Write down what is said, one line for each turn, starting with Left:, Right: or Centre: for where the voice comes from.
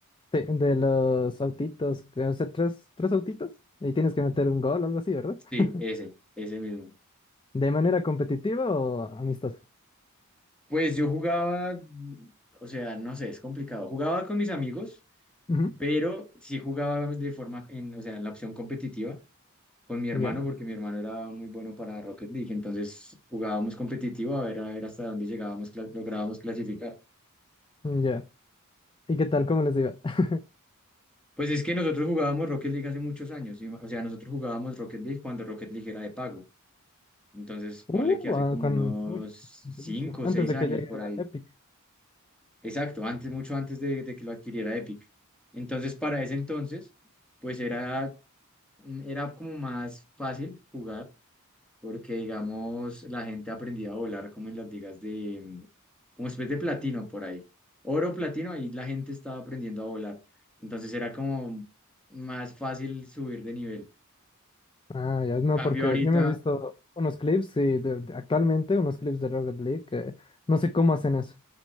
Left: Te- De, los autitos, que- o sea, tres, tres autitos y tienes que meter un gol o algo así, ¿verdad?
Centre: Sí,
Left: <laughs>
Centre: ese, ese mismo.
Left: ¿De manera competitiva o amistosa?
Centre: Pues yo jugaba, mm, o sea, no sé, es complicado. Jugaba con mis amigos
Left: Ujú,
Centre: pero sí jugaba de forma, en, o sea, en la opción competitiva con mi hermano,
Left: Ya,
Centre: porque mi hermano era muy bueno para Rocket League, entonces jugábamos competitivo a ver, a ver hasta dónde llegábamos, cla- lográbamos clasificar.
Left: ya. ¿Y qué tal? ¿Cómo les digo? <laughs>
Centre: Pues es que nosotros jugábamos Rocket League hace muchos años, y- o sea, nosotros jugábamos Rocket League cuando Rocket League era de pago, entonces ponle
Left: Uh,
Centre: que hace
Left: ah,
Centre: como
Left: con...
Centre: unos
Left: Uy, durísimo.
Centre: 5
Left: Antes
Centre: o 6
Left: de
Centre: años
Left: que llegue
Centre: por ahí,
Left: a Epic.
Centre: exacto, antes, mucho antes de, de que lo adquiriera Epic. Entonces, para ese entonces, pues era, era como más fácil jugar porque digamos la gente aprendía a volar como en las ligas de, mm, como especie de platino por ahí, oro, platino, ahí la gente estaba aprendiendo a volar, entonces era como más fácil subir de nivel.
Left: Ah, ya, no,
Centre: Cambio
Left: porque
Centre: ahorita,
Left: yo me he visto unos clips, sí, de- de- actualmente unos clips de Rocket League, que no sé cómo hacen eso.